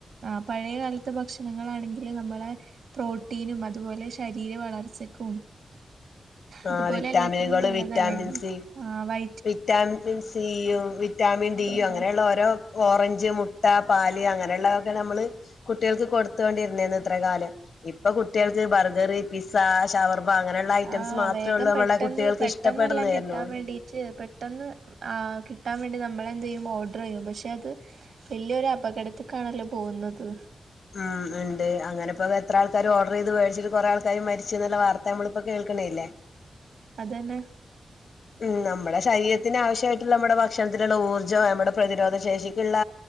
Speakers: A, on the right; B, on the left.
A: ആഹ്. പഴയ കാലത്തെ ഭക്ഷണങ്ങളാണെങ്കില് നമ്മളെ പ്രോട്ടീനും അതുപോലെ ശരീര വളർച്ചക്കും
B: ആഹ്
A: അതുപോലെ
B: വിറ്റാമിനുകള്
A: എല്ലാത്തിനും നല്ലതല്ലായിരുന്നു.
B: വിറ്റാമിൻ സി
A: ആ വൈ
B: വിറ്റാമിൻ സിയും വിറ്റാമിൻ
A: അതന്നെ
B: ഡിയും അങ്ങനെയുള്ള ഓരോ ഓറഞ്ച് മുട്ട പാല് അങ്ങനെയുള്ളതൊക്കെയാണ് നമ്മള് കുട്ടികൾക്ക് കൊടുത്തോണ്ടിരുന്നെരുന്നു ഇത്രേം കാലം. ഇപ്പൊ കുട്ടികൾക്ക് ബർഗർ പിസ്സ ഷവർമ അങ്ങനെയുള്ള ഐറ്റംസ്
A: ആഹ്
B: മാത്രേ
A: വേഗം
B: ഉള്ളൂ നമ്മളെ
A: പെട്ടെന്ന്
B: കുട്ടികൾക്ക്
A: പെട്ടെന്നെല്ലാം
B: ഇഷ്ടപ്പെടുന്നേരുന്നുള്ളൂ
A: കിട്ടാം വേണ്ടീട്ട് പെട്ടെന്ന് ആഹ് കിട്ടാൻ വേണ്ടി നമ്മള് എന്തെയ്യും ഓർഡർ ചെയ്യും പക്ഷെ അത് വല്യൊരു അപകടത്തിക്കാണല്ലോ പോകുന്നത്.
B: ഉം ഉണ്ട് അങ്ങനെപ്പൊ എത്ര ആൾക്കാര് ഓർഡർ വേടിച്ചിട്ട് കൊറെ ആൾക്കാര് മരിച്ച എന്നുള്ള വാർത്ത നമ്മളിപ്പോ കേൾക്കണേല്ലേ.
A: അതന്നെ
B: ഉം നമ്മുടെ ശരീരത്തിന് ആവശ്യമായിട്ടുള്ള നമ്മുടെ ഭക്ഷണത്തിനുള്ള ഊർജ്ജം നമ്മുടെ പ്രതിരോധ ശേഷിക്കുള്ള